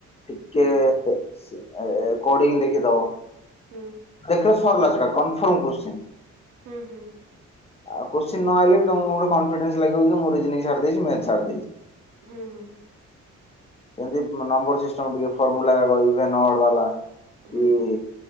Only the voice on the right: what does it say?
ହୁଁ
ହୁଁ।
ହୁଁ ହୁଁ ହୁଁ।
ହୁଁ ହୁଁ ହୁଁ।
ହୁଁ ହୁଁ ହୁଁ ହୁଁ ହୁଁ